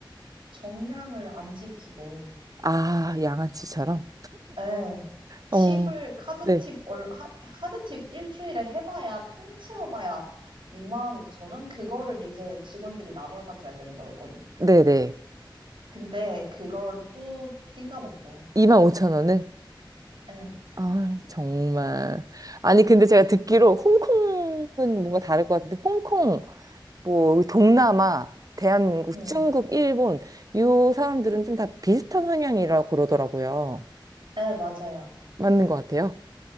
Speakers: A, on the right; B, on the right.
A: 정량을 안 지키고
B: 아, 양아치처럼?
A: 예. 팁을
B: 어,
A: 카드
B: 네,
A: 팁 얼, 하, 카드 팁 일주일에 해봐야 통틀어봐야 2만 5천 원 그거를 이제 직원들이 나눠 가져야 되는 거였거든.
B: 네, 네.
A: 근데 그걸 또 띵가먹고.
B: 25,000원을?
A: 예.
B: 아, 정말. 아니, 근데 제가
A: 그-
B: 듣기로 홍콩은 뭔가 다를 것 같은데, 홍콩, 뭐, 동남아, 대한민국,
A: 네.
B: 중국, 일본, 이 사람들은 좀 다 비슷한 성향이라고 그러더라고요.
A: 예, 맞아요.
B: 맞는 것 같아요.